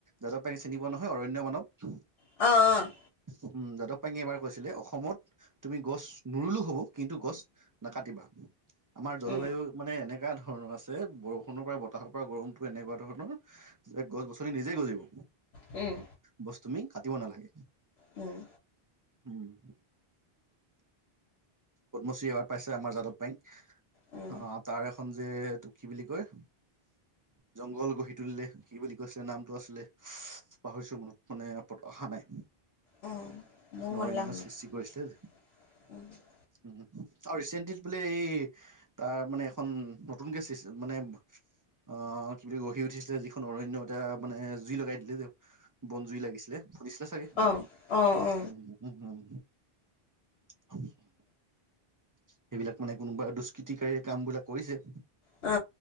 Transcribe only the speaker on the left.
অ', অ'
উম,
উম'
উম'
উম,
উম, মোৰ
মনলে
আহা নাই।
<inaudible>
অ অ অ
অ।